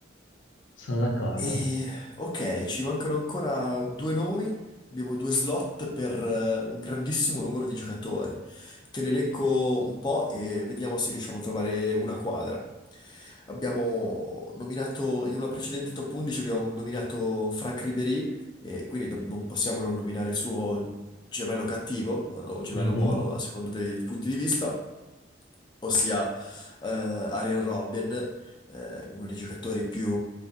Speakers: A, on the left (about 85°); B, on the left (about 25°).
A: sono d'accordo.
B: E, ok, ci mancano ancora due nomi, abbiamo due slot per eh, un grandissimo numero di giocatori. Te ne elenco un po' e vediamo se riusciamo a trovare una quadra. Abbiamo nominato, in una precedente top 11 abbiamo nominato Franck Ribéry e quindi do- non possiamo non nominare il suo gemello cattivo eh, o gemello
A: Mhm.
B: buono, a seconda dei punti di vista, ossia eh, Arjen Robben eh, uno dei giocatori più,